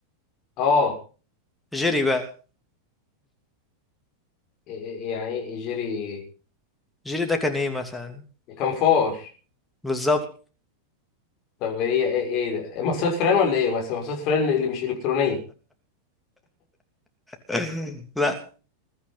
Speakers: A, on the left (about 40°); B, in the centre.
A: اه
B: جيري بقى
A: يعني ايه يعني يجري
B: جيري ده كان إيه مثلا؟
A: كنفار
B: بالظبط
A: طب هي ايه ايه ده مصاصات فران ولا ايه بس مصاصات فران اللي مش الكترونيه
B: <laughs> لا